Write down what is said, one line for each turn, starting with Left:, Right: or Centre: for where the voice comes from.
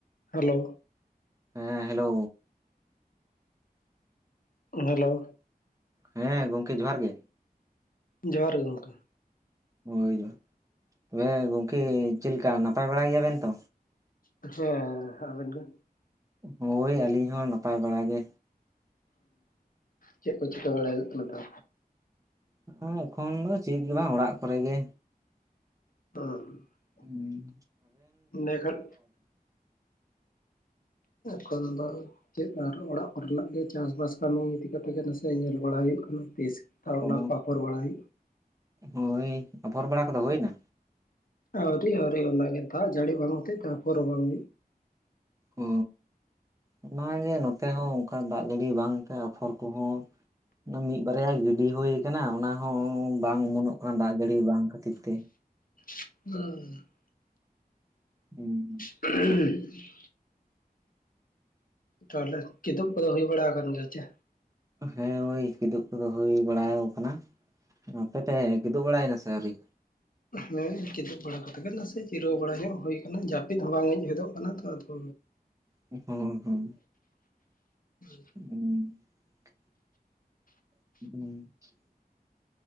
Left: Hello
Right: ᱦᱮᱸ hello
Left: hello
Right: ᱦᱮᱸ ᱜᱚᱝᱠᱮ ᱡᱚᱦᱟᱨ ᱜᱮ
Left: ᱡᱚᱦᱟᱨ ᱜᱮ ᱜᱚᱢᱠᱮ
Right: <unintelligible> ᱛᱚᱵᱮ ᱜᱚᱝᱠᱮ ᱪᱮᱫ ᱞᱮᱠᱟ ᱱᱟᱯᱟᱭ ᱵᱟᱲᱟ ᱜᱮᱭᱟ ᱵᱮᱱ ᱛᱚ
Left: ᱟᱪᱪᱷᱟ ᱟᱵᱤᱱ ᱫᱚ
Right: ᱦᱳᱭ ᱟᱹᱞᱤᱧ ᱦᱚᱸ ᱱᱟᱯᱟᱭ ᱵᱟᱲᱟ ᱜᱮ
Left: ᱪᱮᱫ ᱠᱚ ᱪᱤᱠᱟᱹ ᱵᱟᱲᱟᱭ ᱦᱩᱭᱩᱜ ᱠᱟᱱᱟ ᱛᱟ
Right: ᱦᱚᱜ-ᱚᱭ ᱮᱠᱷᱚᱱ ᱫᱚ ᱪᱮᱫ ᱜᱮ ᱵᱟᱝ ᱚᱲᱟᱜ ᱠᱚᱨᱮ ᱜᱮ
Left: <unintelligible>
Right: ᱦᱩᱸ
Left: ᱮᱱᱠᱷᱟᱱ ᱠᱷᱟᱱ ᱫᱚ ᱪᱮᱫ ᱟᱨ ᱚᱲᱟᱜ ᱠᱚᱨᱮᱱᱟᱜ ᱜᱮ ᱪᱟᱥᱵᱟᱥ ᱠᱟᱹᱢᱤ ᱤᱫᱤ ᱠᱟ ᱠᱟᱛᱮᱜ ᱜᱮ ᱱᱟᱥᱮ ᱧᱮᱞ ᱵᱟᱲᱟ ᱦᱩᱭᱩᱜ ᱠᱟᱱᱟ ᱛᱤᱥ ᱛᱟᱨ ᱚᱱᱟ
Right: ᱚ
Left: ᱠᱚᱯᱚᱲ ᱵᱟᱲᱟᱭ
Right: ᱦᱳᱭ ᱟᱯᱷᱚᱨ ᱵᱟᱲᱟ ᱠᱚᱫᱚ ᱦᱩᱭᱱᱟ
Left: ᱟᱹᱶᱨᱤ ᱟᱹᱶᱨᱤ ᱚᱱᱟᱜᱮ ᱫᱟᱜ ᱡᱟᱹᱲᱤ ᱵᱟᱝ ᱦᱚᱛᱮᱡ ᱯᱟᱨᱚᱢᱚᱜ-ᱟ
Right: ᱚ ᱚᱱᱟᱜᱮ ᱱᱚᱛᱮ ᱦᱚᱸ ᱚᱱᱠᱟ ᱫᱟᱜ ᱡᱟᱹᱲᱤ ᱵᱟᱝᱛᱮ ᱟᱯᱷᱚᱨ ᱠᱚᱦᱚᱸ ᱚᱱᱟ ᱢᱤᱫ ᱵᱟᱨᱭᱟ ᱜᱤᱰᱤ ᱦᱩᱭ ᱟᱠᱟᱱᱟ ᱚᱱᱟ ᱦᱚᱸ ᱵᱟᱝ ᱚᱢᱚᱱᱚᱜ ᱠᱟᱱᱟ ᱫᱟᱜ ᱡᱟᱹᱲᱤ ᱵᱟᱝ ᱠᱷᱟᱹᱛᱤᱨ ᱛᱮ
Left: <unintelligible>
Right: ᱦᱩᱸ
Left: <inaudible> ᱛᱟᱦᱞᱮ ᱠᱤᱫᱟᱹᱜ ᱠᱚᱫᱚ ᱦᱩᱭ ᱵᱟᱲᱟ ᱠᱟᱱ ᱜᱮᱭᱟ ᱪᱮ
Right: ᱦᱮᱸ ᱳᱭ ᱠᱤᱫᱩᱵ ᱠᱚᱫᱚ ᱦᱩᱭ ᱵᱟᱲᱟ ᱠᱟᱱᱟ᱾ ᱟᱯᱮ ᱯᱮ ᱠᱤᱫᱩᱜ ᱵᱟᱲᱟᱭᱮᱱᱟ ᱥᱮ ᱟᱹᱣᱨᱤ?
Left: ᱦᱮᱸ ᱠᱤᱫᱩᱵ ᱵᱟᱲᱟ ᱠᱟᱛᱮ ᱜᱮ ᱱᱟᱥᱮ ᱡᱤᱨᱟᱹᱣ ᱵᱟᱲᱟ ᱧᱚᱜ ᱦᱩᱭ ᱟᱠᱟᱱᱟ, ᱡᱟᱹᱯᱤᱫ ᱦᱚᱸ ᱵᱟᱝ ᱦᱮᱡ ᱦᱚᱫᱚᱜ ᱠᱟᱱᱟ ᱛᱚ ᱟᱫᱚ
Right: ᱦᱩᱸ ᱦᱩᱸ
Left: <unintelligible>
Right: <unintelligible> <unintelligible>